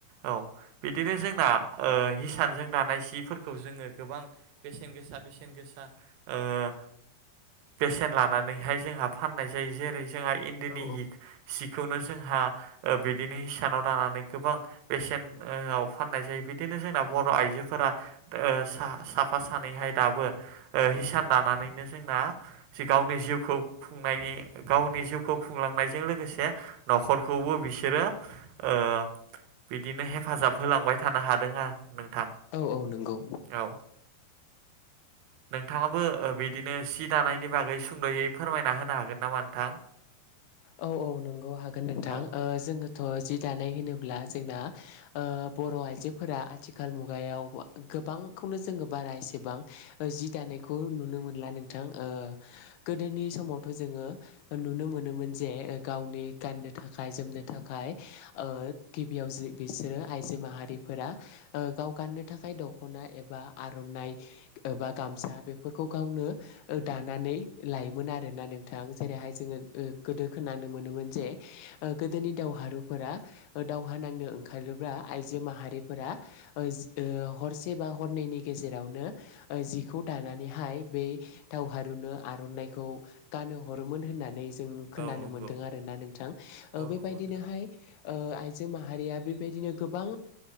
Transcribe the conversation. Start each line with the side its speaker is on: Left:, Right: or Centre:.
Right: औ बिदिनो जोंना ओह हिसानजों दानाय सिफोरखौ जोङो गोबां बेसेन गोस बेसेन गोसा ओह बेसेन लाना यैहाय जोंहा फाननाय जायो जेरै जोंहा इन्दिनि
Left: औ
Right: हि सिखौनो जोंहा ओ बिदिनो हिसानाव दानानै गोबां बेसेन ओयाव फाननाय जायो बिदिनो जोंना बर' आइजोफोरा द ओह सा-साफा सानैहाय दाबो ओह हिसान दानानैनो जोंना जि गावनि जिउ खौ खुंनायनि गावनि जिउखौ खुंलांनायजों लोगोसे न'खरखौबो बिसोरो ओ बिदिनो हेफाजाब होलांबाय थानो हादों आरो नोंथां।
Left: औ औ नंगौ।
Right: औ नोंथाङाबो बिदिनो सि दानायनि बागै सुंद'यै फोरमायना होनो हागोन नामा नोंथां?
Left: औ नंगौ औ हागोन नोंथां
Right: औ
Left: ओ जोङो थ' जि दानाय होनोब्ला जोंना ओ बर' आइजोफोरा आथिखाल मुगायाव गोबांखौनो जोङो बारा एसेबां जि दानायखौ नुनो मोनला नोंथां ओ गो गोदोनि समावथ' जोङो नुनो मोनोमोन जे गावनि गाननो थाखाय जोमनो थाखाय ओ गिबियाव बिसोरो आइजो माहारिफोरा ओ गाव गाननो थाखाय दख'ना एबा आर'नाइ एबा गामसा बेफोरखौ गावनो दानानै लायोमोन आरो। दा नोंथां जेरैहाय जोङो गोदो खोनानो मोनोमोन जे गोदोनि दावहारुफोरा दावहा नांनो ओंखारोब्ला आइजो माहारिफोरा ओ हरसे बा हरनैनि गेजेरावनो जिखौ दानानैहाय बे दाव हारुनो आर'नाइखौ गानहो हरोमोन होननानै जों खोनानो
Right: औ नंगौ
Left: मोन्दों आरोना नोंथां
Right: औ
Left: ओ बेबायदिनोहाय
Right: नंगौ नोंथां
Left: ओ आइजो माहारिया बेबायदिनो गोबां